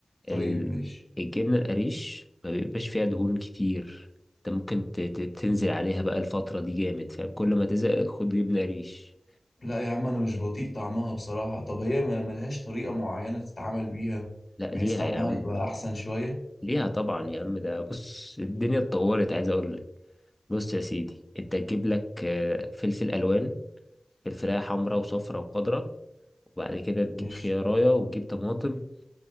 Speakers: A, on the left; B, on the left.
A: طيب
B: ال-
A: ماشي
B: الجبنه القريش ما بيبقاش فيها دهون كتير انت ممكن ت- ت- تنزل عليها بقى الفتره دي جامد فاهم كل ما تزهق خد جبنه قريش
A: لا يا عم انا مش بطيق طعمها بصراحة طب هي ما ملهاش طريقة معينة تتعامل بيها
B: لا
A: بحيث
B: ليها
A: طعمها
B: يا عم
A: يبقى احسن شوية
B: ليها طبعا يا عم ده بص الدنيا اتطورت عايز اقول لك بص يا سيدي انت تجيب لك آه، فلفل الوان فلفلايه حمراء وصفراء وخضراء وبعد كده تجيب
A: ماشي
B: خيارية وتجيب طماطم